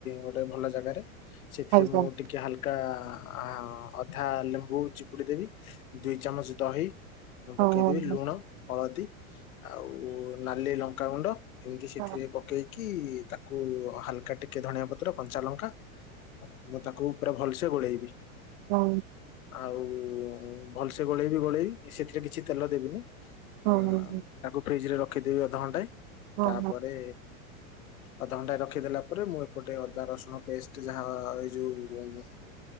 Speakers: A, on the left (about 80°); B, on the right (about 50°).
A: ଗୋଟେ ଭଲ ଜାଗାରେ ସେଥିରେ
B: ଆଜ୍ଞା
A: ମୁଁ ଟିକେ ହାଲକା ଆ ଆ ଅଧା ଲେମ୍ବୁ ଚିପୁଡି ଦେବି ଦୁଇ ଚାମଚ ଦହି ମୁଁ
B: ହଁ
A: ପକେଇଦବି
B: ହଁ।
A: ଲୁଣ, ହଳଦୀ ଆଉ ନାଲି ଲଙ୍କାଗୁଣ୍ଡ ଏମିତି ସେଥିରେ
B: ହଁ
A: ପକେଇକି କି ତାକୁ ହାଲକା ଟିକେ ଧଣିଆପତ୍ର କଞ୍ଚା ଲଙ୍କା ମୁଁ ତାକୁ ପୁରା ଭାଲ୍ସେ ଗୋଳେଇବି
B: ହମ୍।
A: ଆଉ ଉ ଉ ଭଲସେ ଗୋଳେଇବି ଗୋଳେଇବି ସେଥିରେ କିଛି ତେଲଦେବିନି
B: ହଁ
A: ଅ ତାକୁ ଫ୍ରିଜ ରେ ରଖିଦେବି ଅଧଘଣ୍ଟେ
B: ହଁ
A: ତାପରେ ଅଧଘଣ୍ଟା ରଖିଦେଲା ପରେ ମୁଁ ଏପଟେ ଅଦାରସୁଣ ପେଷ୍ଟ ଯାହା ଏଇଯୋଉ ଦିଆ ଯାଏ